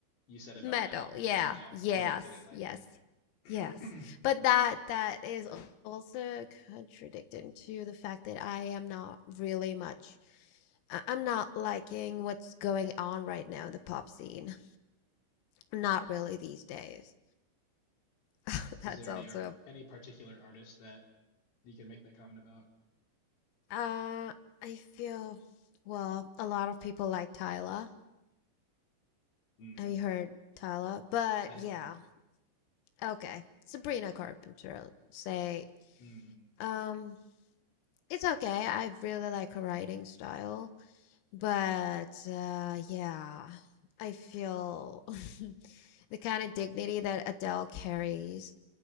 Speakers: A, on the left (about 70°); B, on the left (about 85°).
A: you said about
B: metal
A: metal where you
B: yeah
A: you don't
B: yes
A: you don't really like
B: yes
A: it. <clears throat>
B: yes but that that is al- also contradicting to the fact that i am not really much I- i'm not liking what's going on right now in the pop scene not really these days <laughs>
A: Is
B: that's
A: there
B: also
A: any ar- any particular artist that you can make that comment about?
B: uh i feel well a lot of people like tyler
A: Mm,
B: have you heard tyler but
A: I have
B: yeah
A: not.
B: okay sabrina carpenter say
A: Mm.
B: um It's okay. I really like her writing style, but uh, yeah, I feel <laughs> the kind of dignity that Adele carries,